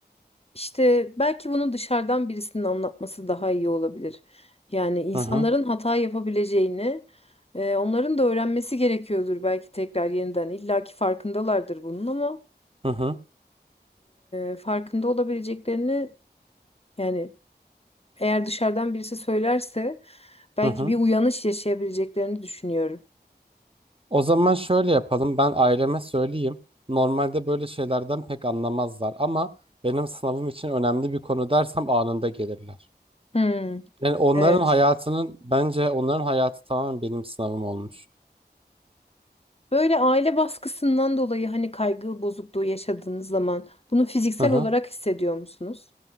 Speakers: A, on the left; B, on the right.
A: işte belki bunu dışarıdan birisinin anlatması daha iyi olabilir. Yani insanların
B: Hı hı.
A: hata yapabileceğini, e, onların da öğrenmesi gerekiyordur belki tekrar yeniden. İlla ki farkındalardır bunun ama
B: Hı hı.
A: e, farkında olabileceklerini yani eğer dışarıdan birisi söylerse belki
B: Hı hı.
A: bir uyanış yaşayabileceklerini düşünüyorum.
B: O zaman şöyle yapalım. Ben aileme söyleyeyim. Normalde böyle şeylerden pek anlamazlar ama benim sınavım için önemli bir konu dersem anında gelirler.
A: Hmm,
B: Yani onların
A: evet.
B: hayatının bence onların hayatı tamamen benim sınavım olmuş.
A: Böyle aile baskısından dolayı hani kaygı bozukluğu yaşadığınız zaman bunu fiziksel
B: Hı hı.
A: olarak hissediyor musunuz?